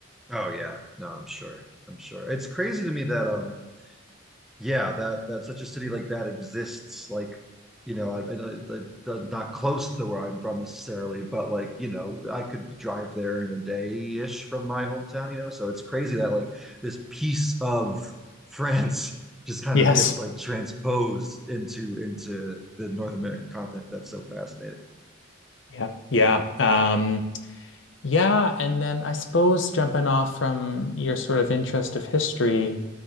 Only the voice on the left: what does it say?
yes
yeah yeah um Yeah, and then I suppose jumping off from your sort of interest of history,